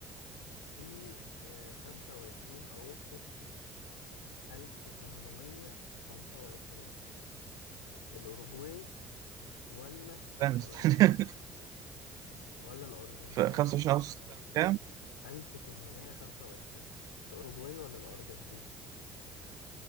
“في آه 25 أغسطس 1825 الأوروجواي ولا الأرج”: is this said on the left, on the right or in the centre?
Left